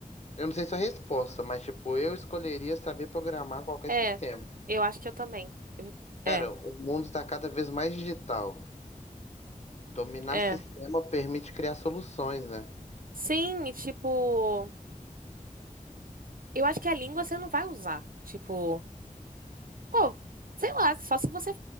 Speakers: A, on the left; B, on the right.
A: eu não sei sua resposta, mas, tipo, eu escolheria saber programar qualquer
B: é.
A: sistema.
B: Eu acho que eu também. Eu-
A: Cara,
B: É,
A: o mundo tá cada vez mais digital. Dominar
B: é.
A: sistema permite criar soluções, né?
B: Sim, e tipo. Eu acho que a língua você não vai usar. Tipo. Pô, sei lá, só se você